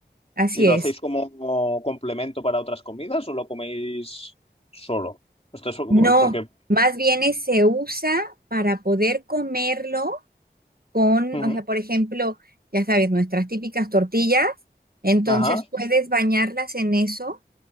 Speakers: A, on the right; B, on the left.
A: así
B: ¿Y lo
A: es.
B: hacéis como complemento para otras comidas o lo coméis solo? Esto es
A: No,
B: porque.
A: más bien es- se usa para poder comerlo con,
B: Ujú.
A: o sea, por ejemplo, ya sabes, nuestras típicas tortillas, entonces
B: Ajá.
A: puedes bañarlas en eso